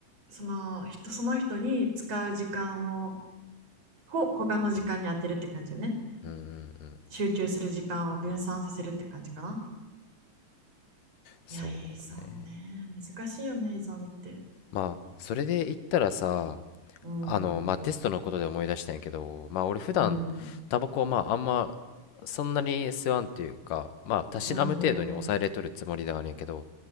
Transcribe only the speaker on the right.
その人、その人に使う時間を、ほ、他の時間に当てるって感じよね。
集中する時間を分散させるって感じかな。
いや、依存ね。難しいよね、依存って。
うーん。
うん。
うんうんうん。